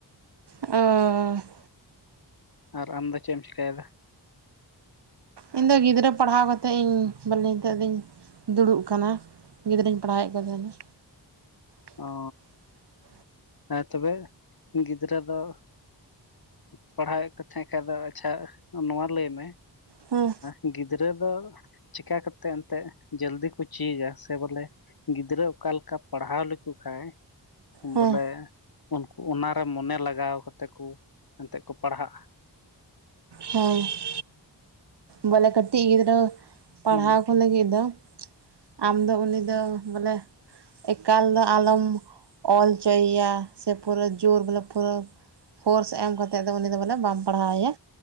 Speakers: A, on the right; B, on the left.
A: ᱚᱻ
B: ᱟᱨ ᱟᱢ ᱫᱚ ᱪᱮᱫ ᱮᱢ ᱪᱮᱠᱟᱭᱮᱫᱟ?
A: ᱤᱧ ᱫᱚ ᱜᱤᱫᱽᱨᱟᱹ ᱯᱟᱲᱦᱟᱣ ᱠᱟᱛᱮᱫ ᱤᱧ ᱵᱟᱹᱞᱮ ᱱᱤᱛᱚᱜ ᱫᱚᱧ <inaudible> ᱫᱩᱲᱩᱵ ᱟᱠᱟᱱᱟ। ᱜᱤᱫᱽᱨᱟᱹᱧ ᱯᱟᱲᱦᱟᱣᱮᱫ ᱠᱚ ᱛᱟᱦᱮᱱᱟ। <inaudible>
B: ᱚ ᱦᱮᱸ ᱛᱚᱵᱮ ᱜᱤᱫᱽᱨᱟᱹ ᱫᱚ ᱯᱟᱲᱦᱟᱣᱮᱫ ᱠᱚ ᱛᱟᱦᱮᱸᱫ ᱠᱷᱟᱡ ᱫᱚ ᱟᱪᱪᱷᱟ, ᱱᱚᱣᱟ ᱞᱟᱹᱭ ᱢᱮ
A: ᱦᱮᱸ
B: ᱮᱸ ᱜᱤᱫ ᱽᱨᱟᱹ ᱫᱚ ᱪᱮᱠᱟ ᱠᱟᱛᱮ ᱮᱱᱛᱮᱜ ᱡᱚᱞᱫᱤ ᱠᱚ ᱪᱮᱫᱟ ᱥᱮ ᱵᱚᱞᱮ ᱜᱤᱫᱽᱨᱟᱹ ᱚᱠᱟ ᱞᱮᱠᱟ ᱯᱟᱲᱦᱟᱣ ᱞᱮᱠᱚ ᱠᱷᱟᱡ
A: ᱦᱮᱸ
B: ᱵᱚᱞᱮ ᱩᱱᱠᱩ ᱚᱱᱟ ᱨᱮ ᱢᱚᱱᱮ ᱞᱟᱜᱟᱣ ᱠᱟᱛᱮ ᱠᱚ ᱮᱱᱛᱮᱫ ᱠᱚ ᱯᱟᱲᱦᱟᱜᱼᱟ ᱾
A: ᱦᱮᱸ ᱾ ᱵᱚᱞᱮ ᱠᱟᱹᱴᱤᱡ ᱜᱤᱫᱽᱨᱟᱹ ᱯᱟᱲᱦᱟᱣ
B: ᱦᱩᱸ
A: ᱠᱚ ᱞᱟᱹᱜᱤᱫ ᱫᱚ ᱟᱢ ᱫᱚ ᱩᱱᱤ ᱫᱚ ᱵᱚᱞᱮ ᱮᱠᱟᱞ ᱫᱚ ᱟᱞᱚᱢ ᱚᱞ ᱦᱚᱪᱚᱭᱮᱭᱟ ᱥᱮ ᱯᱩᱨᱟᱹ ᱡᱳᱨ ᱵᱚᱞᱮ ᱯᱩᱨᱟᱹ ᱯᱷᱳᱨᱥ ᱮᱢ ᱠᱟᱛᱮᱫ ᱫᱚ ᱩᱱᱤ ᱫᱚ ᱵᱚᱞᱮ ᱵᱟᱢ ᱯᱟᱲᱦᱟᱣᱮᱭᱟ᱾